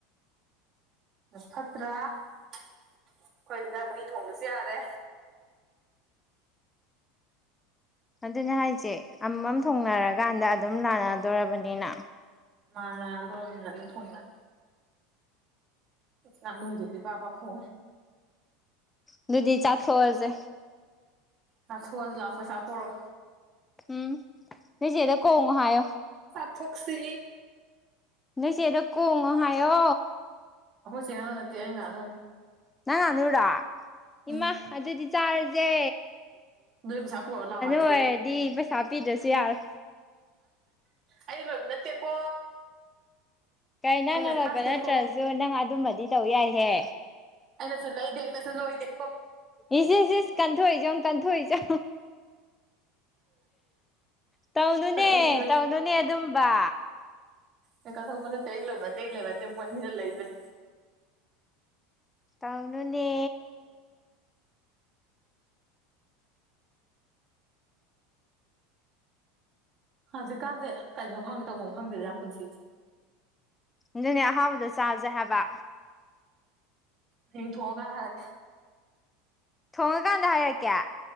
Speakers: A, on the right; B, on the left.
A: ꯐꯠꯇ꯭ꯔꯥ ꯑꯩꯈꯣꯏꯅ ꯃꯍꯤ ꯊꯣꯡꯕꯁꯨ ꯌꯥꯔꯦ
B: ꯑꯗꯨꯅꯦ ꯍꯥꯏꯁꯦ ꯑꯃꯃꯝ ꯊꯨꯡꯅꯔꯀꯥꯟꯗ ꯑꯗꯨꯝ ꯂꯥꯟꯅꯗꯣꯔꯕꯅꯤꯅ
A: ꯃꯥ ꯂꯗꯧꯔꯃꯤꯅ ꯑꯗꯨꯝ ꯊꯣꯡꯅꯔꯦ ꯅꯅꯨꯡꯖꯗꯤ ꯄꯕꯥ ꯈꯣ
B: ꯑꯗꯨꯗꯨꯗꯤ ꯆꯥꯊꯣꯛꯑꯁꯦ
A: ꯍꯥ ꯊꯣꯖꯤ ꯂꯥꯎ ꯄꯩꯁꯥ ꯄꯔꯣ
B: ꯎꯝ ꯦꯗ ꯀꯉ ꯍꯥꯏꯣ
A: ꯊꯣꯛꯁꯤ
B: ꯅꯣꯏꯆꯦꯗꯣ ꯀꯣꯡꯉꯣ ꯍꯥꯏꯌꯣ
A: ꯍꯣꯏ ꯁꯤ ꯉꯅ ꯅꯠꯇꯦ ꯑꯩ ꯉꯥꯟꯅꯣꯅꯦ
B: ꯅꯥꯟꯅꯣꯨꯔ
A: ꯎꯝ
B: ꯏꯃ ꯑꯗꯨꯗꯤ ꯆꯥꯔꯖꯦ
A: ꯅ ꯄꯩꯁꯥ ꯄꯨꯔ ꯂꯥꯛꯑꯣꯏꯁꯦ
B: ꯑꯣꯏꯔꯗꯤ ꯄꯩꯁꯥ ꯄꯤꯗ꯭ꯔꯁꯨ ꯌꯥꯔꯦ
A: ꯑꯩꯗꯤ ꯂꯣꯏꯕ ꯅꯠꯇꯦꯀꯣ
B: ꯀꯩ ꯅꯪꯅ
A: ꯑꯩꯅ
B: ꯂꯣꯏꯕ
A: ꯊꯥꯛꯇꯦꯀꯣ
B: ꯅꯠꯇ꯭ꯔꯁꯨ ꯅꯪ ꯑꯗꯨꯝꯕꯗꯤ ꯇꯧ ꯌꯥꯏꯍꯦ
A: ꯑꯩꯅ ꯁꯜꯂ ꯏꯗꯦ ꯑꯩꯅ ꯁꯜꯂ ꯑꯣꯏꯣꯏꯗꯦ
B: ꯏꯁꯦ ꯀꯟꯊꯣꯛꯏꯆ ꯀꯟꯊꯣꯛꯏꯆ ꯇꯧꯅꯨꯅꯦ
A: ꯑꯩꯅ
B: ꯇꯧꯅꯨꯅꯦ ꯑꯗꯨꯝꯕ
A: ꯍ ꯀꯠꯊꯣꯛꯄ ꯅꯠꯇꯦ ꯂꯣꯏꯕ ꯇꯇꯩ ꯂꯩꯣꯏꯕ ꯇꯦ ꯃ ꯑꯅꯤꯗ ꯂꯩꯕꯅꯤ
B: ꯇꯥꯎꯅꯅꯦ
A: ꯍꯧꯖꯤꯛꯀꯥꯟꯁꯦ ꯀꯩꯅꯣ ꯈꯪꯗꯦ ꯇꯧꯕ ꯈꯪꯗꯁꯦ ꯌꯥꯝ ꯄꯨꯟꯁꯤꯁꯦ
B: ꯑꯗꯨꯅꯦ ꯑꯍꯥꯎꯕꯗ ꯆꯥꯁꯦ ꯍꯥꯏꯕ
A: ꯑ ꯊꯣꯡ ꯀꯅ ꯍꯔ
B: ꯊꯣꯡꯉꯀꯥꯟꯗ ꯍꯥꯏꯔꯛꯀꯦ